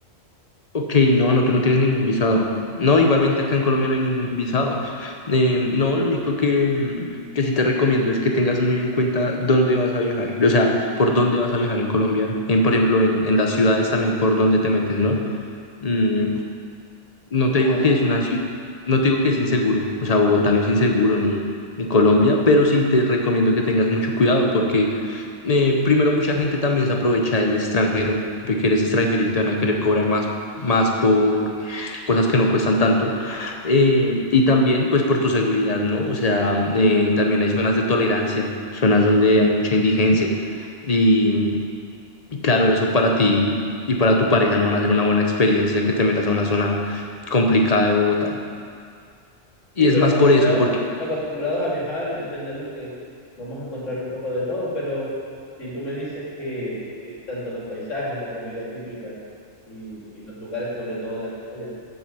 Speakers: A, on the left; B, on the left.
A: Ok, no, no, tú no tienes ningún visado. No, igualmente acá en Colombia no hay ningún visado. Em, no, lo único que, mm, que sí te recomiendo es que tengas muy en cuenta dónde vas a viajar, o sea, por dónde vas a viajar en Colombia, en, por ejemplo, en, en las ciudades también, por dónde te metes, ¿no? Mm, No
B: Ah,
A: te digo
B: ok.
A: que es una ciudad, no te digo que es inseguro, o sea, Bogotá no es inseguro ni, ni Colombia, pero sí te recomiendo que tengas mucho cuidado porque eh, primero mucha gente también se aprovecha del extranjero, de que eres extranjero y te van a querer cobrar más, más por cosas que no cuestan tanto eh, y también pues por tu seguridad, ¿no? O sea, eh, también hay zonas de tolerancia, zonas donde hay mucha indigencia y... Y claro, eso para ti y para tu pareja no van a ser una buena experiencia que te metas a una zona complicada de Bogotá. Y
B: Sí,
A: es
B: pero
A: más
B: acostumbrados,
A: por eso, porque,
B: acostumbrados a viajar, entendemos que vamos a encontrar un poco de todo, pero si tú me dices que eh, tanto los paisajes, la comida típica y, y los lugares, sobre todo las playas,